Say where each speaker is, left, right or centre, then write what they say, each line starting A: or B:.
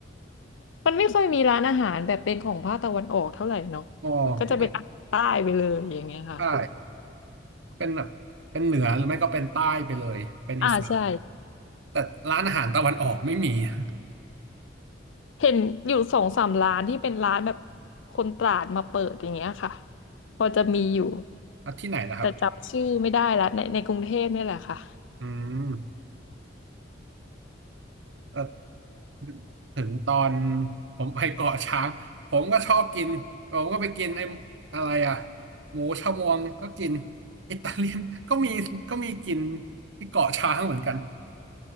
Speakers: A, on the left (about 80°); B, on the right (about 70°).
A: มันไม่ค่อยมีร้านอาหารแบบเป็นของภาคตะวันออกเท่าไหร่เนาะมันก็จะเป็นอาหารใต้ไปเลยอย่างเงี้ยค่ะ
B: อ๋อไม่ใช่เป็นแบบเป็นเหนือหรือไม่ก็เป็นใต้ไปเลยเป็นอีสาน
A: อ่าใช่
B: แต่ร้านอาหารตะวันออกไม่มี <laughs>
A: เห็นอยู่สองสามร้านที่เป็นร้านแบบคนตราดมาเปิดอย่างเงี้ยค่ะพอจะมีอยู่
B: อ่ะที่ไหนนะครับ
A: แต่จำชื่อไม่ได้ละในในกรุงเทพเนี่ยแหละค่ะ
B: อืมเออถึงตอนผมไปเกาะช้างผมก็ชอบกินผมก็ไปกินไอ้อะไรอ่ะหมูชะมวงก็กินอิตาเลียนก็มีก็มีกินที่เกาะช้างเหมือนกัน